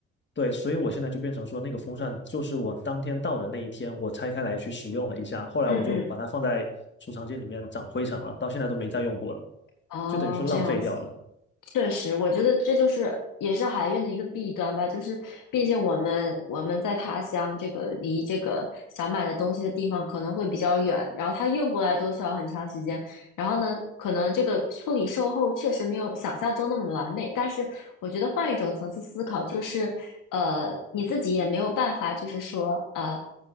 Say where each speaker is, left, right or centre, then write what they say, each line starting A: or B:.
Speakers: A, on the left (about 30°); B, on the left (about 65°).
A: 对，所以我现在就变成说，那个风扇就是我当天到的那一天，我拆开来去使用了一下，后来我就把它放在储藏间里面长灰尘了，
B: 嗯嗯，
A: 到现在都没再用过了，
B: 哦，
A: 就等于说浪费掉了。
B: 这样子，确实，我觉得这就是也是海运的一个弊端吧，就是毕竟我们我们在他乡这个离这个想买的东西的地方可能会比较远，然后他运过来都需要很长时间，然后呢，可能这个处理售后确实没有想象中那么完美，但是我觉得换一种层次思考，就是呃，你自己也没有办法，就是说呃，